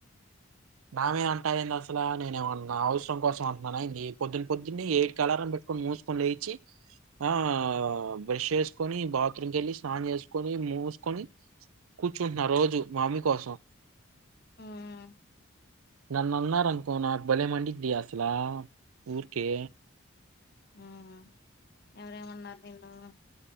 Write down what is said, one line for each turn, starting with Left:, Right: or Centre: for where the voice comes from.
Right: నావే అంటా వేందస అలా నేనమ్మ నా అవసరం కోసం అంటన్నానా ఇ పొద్దున్న పొద్దున్నే ఎయిట్ కలారం పెట్టుకొని మూసుకొని లేచి ఆ ఆ బ్రష్ చేసుకొని బాత్రూమ్ కెళ్ళి స్నానం చేసుకొని మూసుకొని కూర్చుంటున్న రోజు మామ్మి కోసం
Left: ఉమ్
Right: నన్నారనుకో నాకు భలే మండిద్ది అసలా ఊర్కే
Left: ఆహా ఎవరేమన్నా